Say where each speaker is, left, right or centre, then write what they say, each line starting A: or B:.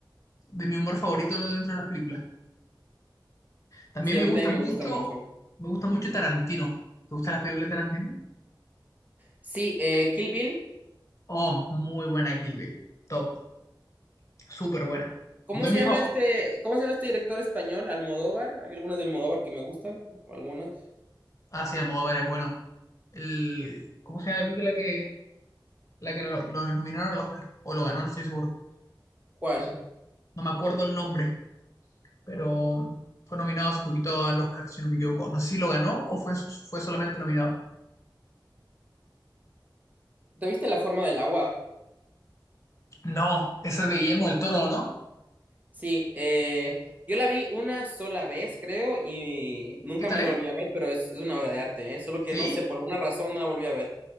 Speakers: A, on the left; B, on the right.
A: de mi humor favorito dentro de las películas. También
B: Sí, a
A: me
B: mí
A: gusta
B: también
A: mucho,
B: me gusta mucho.
A: me gusta mucho Tarantino. ¿Te gustan las películas de Tarantino?
B: Sí, eh, Kill Bill.
A: Oh, muy buena Kill Bill. Top. Súper buena.
B: ¿Cómo
A: No
B: se
A: es mi
B: llama
A: favorito.
B: este, cómo se llama este director español? Almodóvar. Hay algunas de Almodóvar que me gustan, algunas.
A: Ah, sí, Almodóvar es bueno. El, ¿cómo se llama la película que, la que lo, lo nominaron al Oscar? O lo ganó, no estoy seguro.
B: ¿Cuál?
A: No sé, no me acuerdo el nombre, pero fue nominado hace poquito al Oscar, si no me equivoco. No sé si lo ganó o fue, fue solamente nominado.
B: ¿Te viste La forma del agua?
A: No, esa es de Guillermo del Toro, ¿no?
B: Sí, eh, yo la vi una sola vez, creo, y nunca
A: ¿Qué tal
B: más
A: es?
B: la volví a ver, pero es, es una obra de arte, ¿eh? Solo
A: ¿Sí?
B: que no sé, por alguna razón no la volví a ver.